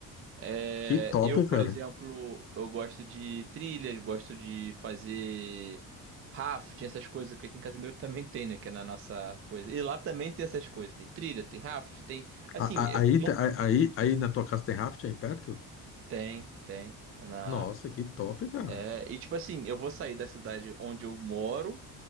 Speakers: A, on the right (about 35°); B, on the left (about 35°).
A: É,
B: Que top,
A: eu, por
B: cara.
A: exemplo, eu gosto de trilhas, gosto de fazer rafting, essas coisas, porque aqui em Casimiro também tem, né? Que é na nossa coisa. E lá também tem essas coisas. Tem trilha, tem rafting, tem. Assim,
B: A- a-
A: eu
B: Aí,
A: não.
B: te- a- aí, aí na tua casa tem rafting aí perto?
A: Tem, tem. Na...
B: Nossa, que top, cara.
A: É, e tipo assim, eu vou sair da cidade onde eu moro